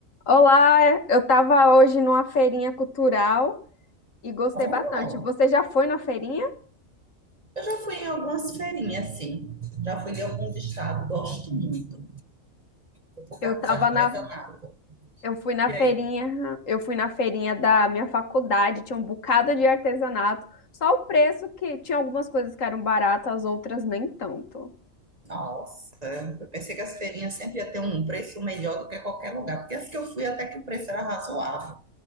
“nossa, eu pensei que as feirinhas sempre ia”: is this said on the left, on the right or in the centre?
Right